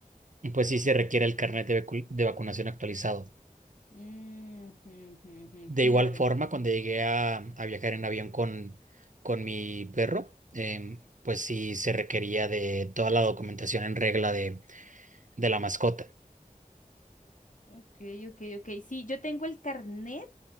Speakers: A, on the right (about 60°); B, on the left (about 60°).
A: pues sí se requiere el carnet de vacu- de vacunación actualizado.
B: Mm, ujú, ujú,
A: De
B: claro.
A: igual forma, cuando llegué a, a viajar en avión con, con mi perro, em, pues sí se requería de toda la documentación en regla de, de la mascota.
B: Ok, ok, ok. Sí, yo tengo el carnet